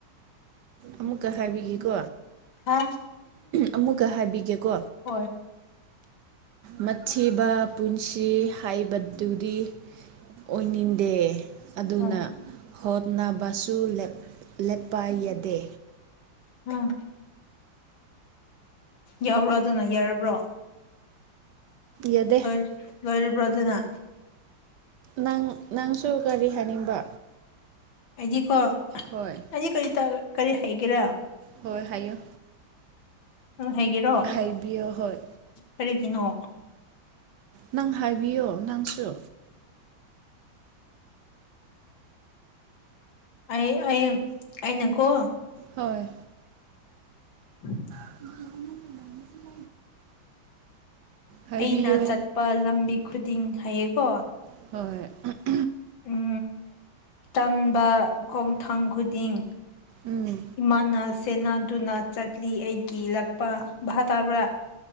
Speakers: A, on the right; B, on the left.
A: ꯑꯃꯨꯛꯀ ꯍꯥꯏꯕꯤꯒꯦꯀꯣ꯫
B: ꯍꯥ
A: ꯑꯃꯨꯛꯀ ꯍꯥꯏꯕꯤꯒꯦꯀꯣ꯫
B: ꯍꯣꯏ꯫
A: ꯃꯊꯤꯕ ꯄꯨꯟꯁꯤ ꯍꯥꯏꯕꯗꯨꯗꯤ꯫ ꯑꯣꯏꯅꯤꯡꯗꯦ꯫ ꯑꯗꯨꯅ
B: ꯎꯝ
A: ꯍꯣꯠꯅꯕꯁꯨ ꯂꯦꯞ ꯂꯦꯞꯄ ꯌꯥꯗꯦ꯫
B: ꯎꯝ꯫ ꯌꯥꯎꯔꯗꯅ ꯌꯥꯔꯕ꯭ꯔꯣ꯫
A: ꯌꯥꯗꯦ
B: ꯂꯣꯏꯔ ꯂꯣꯏꯔꯕ꯭ꯔ ꯑꯗꯨꯅꯥ꯫
A: ꯅꯪ ꯅꯪꯁꯨ ꯀꯔꯤ ꯍꯥꯅꯤꯡꯕ꯫
B: ꯑꯩꯗꯤꯀꯣ
A: ꯍꯣꯏ
B: ꯑꯩꯗꯤ ꯀꯔꯤ ꯀꯔꯤ ꯍꯩꯒꯦꯔꯥ
A: ꯍꯣꯏ ꯍꯥꯏꯌꯨ꯫
B: ꯍꯣꯏꯒꯦꯔꯣ
A: ꯍꯥꯏꯕꯤꯌꯣ ꯍꯣꯏ
B: ꯀꯔꯤꯒꯤꯅꯣ꯫
A: ꯅꯪ ꯍꯥꯏꯕꯤꯌꯣ ꯅꯪꯁꯨ꯫
B: ꯑꯩ ꯑꯩ ꯑꯩꯅꯀꯣ꯫
A: ꯍꯣꯏ꯫
B: <unintelligible>
A: <unintelligible> ꯍꯥꯏꯕꯤꯌꯣ
B: ꯑꯩꯅ ꯆꯠꯄ ꯂꯝꯕꯤ ꯈꯨꯗꯤꯡ ꯍꯥꯏꯌꯦꯀꯣ꯫
A: ꯍꯣꯏ꯫
B: ꯎꯝ ꯇꯝꯕ ꯈꯣꯡꯊꯥꯡ ꯈꯨꯗꯤꯡ꯫
A: ꯎꯝ
B: ꯏꯃꯥꯅ ꯁꯦꯟꯅꯗꯨꯅ ꯆꯠꯂꯤ ꯑꯩꯒꯤ ꯂꯥꯛꯄ ꯚꯥ ꯇꯥꯕ꯭ꯔꯥ